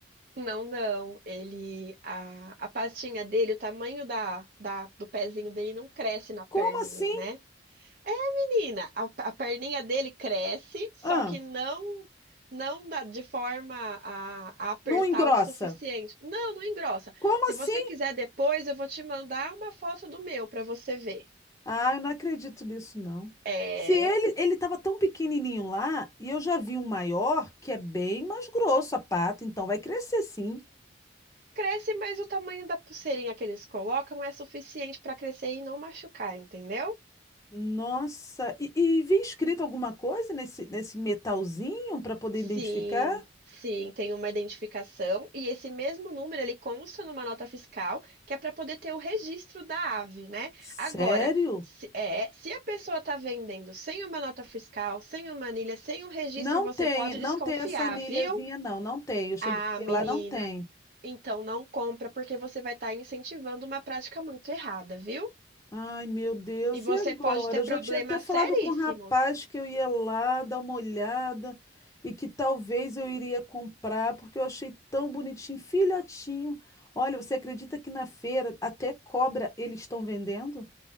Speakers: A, on the right; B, on the left.
A: Não, não. Ele, a, a pastinha dele, o tamanho da, da- do pezinho dele não cresce na perninha,
B: Como assim?
A: né? É, Menina, a, a perninha dele cresce, só
B: Ah,
A: que não não dá de forma a, a apertar
B: não engrossa.
A: o suficiente. Não, não engrossa.
B: Como
A: Se
B: assim?
A: você quiser depois, eu vou te mandar uma foto do meu para você ver.
B: Ah, eu não acredito nisso, não.
A: É,
B: Se ele, ele tava tão pequenininho lá, e eu já vi um maior, que é bem mais grosso a pata, então vai crescer sim.
A: cresce, mas o tamanho da pulseirinha que eles colocam é suficiente para crescer e não machucar, entendeu?
B: Nossa, e, e vi escrito alguma coisa nesse, nesse metalzinho para poder
A: Sim,
B: identificar?
A: sim, tem uma identificação e esse mesmo número ele consta numa nota fiscal que é para poder ter o registro da ave, né?
B: Sério?
A: Agora, se, é, se a pessoa está vendendo sem uma nota fiscal, sem uma anilha, sem um registro,
B: Não
A: você
B: tem,
A: pode
B: não
A: desconfiar,
B: tem essa anilhazinha,
A: viu?
B: não, não tem. Eu cheguei
A: Ah,
B: a ver
A: menina,
B: lá, não tem.
A: então não compra porque você vai estar incentivando uma prática muito errada, viu?
B: Ai, meu Deus,
A: E você
B: e agora?
A: pode ter
B: Eu
A: problemas
B: já tinha até falado
A: seríssimos.
B: com o rapaz que eu ia lá dar uma olhada e que talvez eu iria comprar, porque eu achei tão bonitinho, filhotinho. Olha, você acredita que na feira até cobra eles estão vendendo?